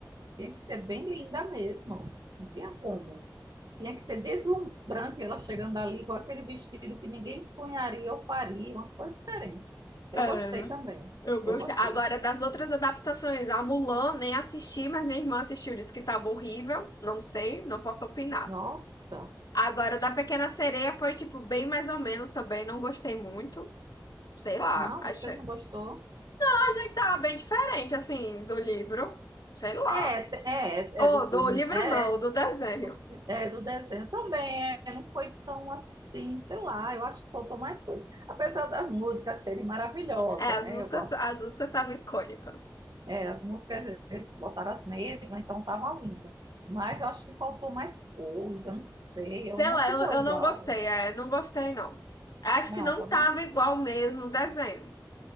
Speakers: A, on the right; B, on the left.
A: tinha que ser bem linda mesmo. Não tinha como. Tinha que ser deslumbrante ela chegando ali com aquele vestido que ninguém sonharia ou faria, uma coisa diferente. Eu
B: é.
A: gostei também.
B: Eu gostei.
A: Eu gostei.
B: Agora, das outras adaptações, a Mulan nem assisti, mas minha irmã assistiu, disse que estava horrível. Não sei, não posso opinar.
A: Nossa,
B: Agora, da Pequena Sereia foi, tipo, bem mais ou menos também. Não gostei muito. Sei lá,
A: não,
B: achei.
A: você não gostou?
B: Eu achei que tava bem diferente, assim, do livro. Sei lá.
A: É, é,
B: Ou
A: é do filme,
B: do livro
A: né?
B: não,
A: É
B: do desenho.
A: do, é, do desenho também, é, não foi tão assim, sei lá, eu acho que faltou mais coisa. Apesar das músicas serem maravilhosas,
B: É, as
A: né?
B: músicas,
A: Eu gosto,
B: as músicas estavam icônicas.
A: é, as músicas eles botaram as mesmas, então tava linda. Mas eu acho que faltou mais coisa, não sei, eu
B: Sei
A: não
B: lá,
A: ficou
B: eu,
A: igual.
B: eu não gostei, é, não gostei não. Acho
A: Não,
B: que não
A: tá
B: tava
A: bom?
B: igual mesmo o desenho.